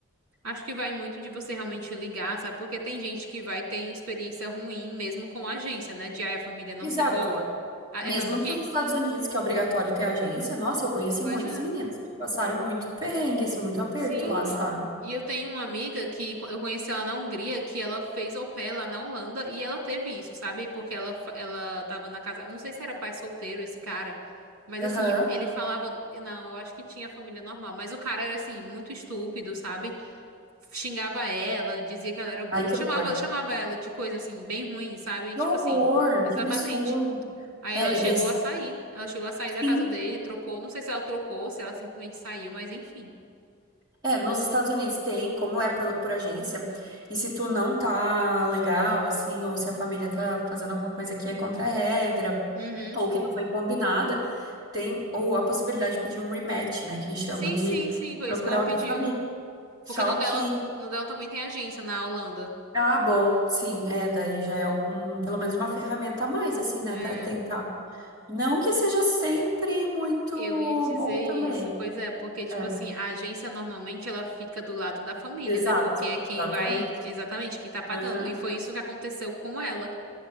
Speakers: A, on the right; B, on the right.
A: acho que vai muito de você realmente ligar, sabe? Porque tem gente que vai ter experiência ruim mesmo com a agência, né? De aí a família não
B: Exato.
A: ser boa. Ah,
B: Mesmo
A: É tanto que.
B: para os Estados Unidos, que é obrigatório ter agência, nossa, eu conheci
A: Pois
B: muitas
A: é.
B: meninas que passaram muito perrengue, assim, muito aperto
A: Sim.
B: lá, sabe?
A: E eu tenho uma amiga que co- eu conheci ela na Hungria, que ela fez au pair lá na Holanda e ela teve isso, sabe? Porque ela, fa- ela tava na casa. Não sei se era pai solteiro esse cara, mas
B: Aham.
A: assim, ele falava. Não, eu acho que tinha família normal, mas o cara era assim, muito estúpido, sabe? Xingava ela, dizia que ela era burra,
B: Ai, que
A: chamava,
B: horror.
A: chamava ela de coisa assim, bem ruim, sabe?
B: Que
A: Tipo
B: horror,
A: assim, exatamente.
B: que absurdo.
A: Aí
B: É,
A: ela chegou
B: e daí,
A: a sair. Ela chegou a sair da
B: sim.
A: casa dele, trocou. Não sei se ela trocou, se ela simplesmente saiu, mas enfim.
B: É, nos Estados Unidos tem, como é por, por agência, e se tu não tá legal, assim, ou se a família tá fazendo alguma coisa que é contra a regra,
A: Uhum.
B: ou que não foi combinada, tem ou a possibilidade de pedir um rematch, né, que chamam
A: Sim,
B: de
A: sim, sim, foi
B: procurar
A: isso que ela
B: outra
A: pediu.
B: família. Só
A: Porque no dela,
B: que,
A: no dela também tem agência na Holanda.
B: ah, bom, sim, é, daí já é algum, pelo menos uma ferramenta a mais, assim, né,
A: É,
B: para tentar. Não que seja sempre muito
A: eu ia dizer
B: bom
A: isso.
B: também.
A: Pois é, porque tipo
B: É,
A: assim, a agência normalmente ela fica do lado da família,
B: exato,
A: né? Porque é quem
B: exatamente.
A: vai, exatamente, quem tá pagando.
B: Aham.
A: E foi isso que aconteceu com ela.